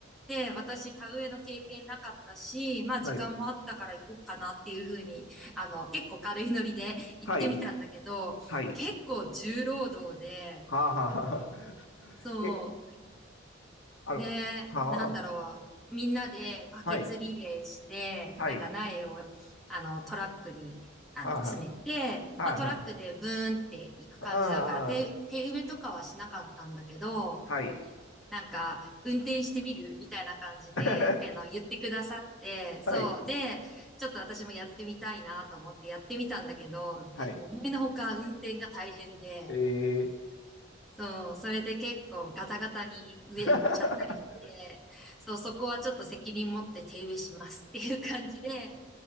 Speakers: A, in the centre; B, on the left.
A: で、私田植えの経験なかったし、まあ時間もあったから行こうかなっていうふうに、
B: はい。
A: あの、結構軽いノリで行ってみたんだけど、
B: はい。はい。
A: 結構重労働で、
B: はあ、はあ、はあ。<laughs>
A: そ
B: え、あの、
A: う。で、
B: はあ、
A: なんだろう。みんなでバケツリレーして、
B: はい。はい。
A: なんか苗を、あの、トラックに、あの、
B: はあ、
A: 詰めて、
B: はあ、
A: まあ、
B: はあ、
A: トラックでブーンって行く感じだから、
B: はあ、
A: 手、
B: ああ
A: 手植えとかはしなかったんだけど、
B: はい。
A: なんか、運転してみるみたいな感じで、
B: <laughs>
A: あの、言ってくださって、
B: はい。
A: そう。で、ちょっと私もやってみたいなと思ってやってみたんだけど、
B: はい。
A: 思いのほか運転が大変で、
B: ええ
A: そう、それで結構ガタガタに植えちゃったりして、
B: ー、
A: そう、そこはちょっと責任持って手植えしますっていう感じで、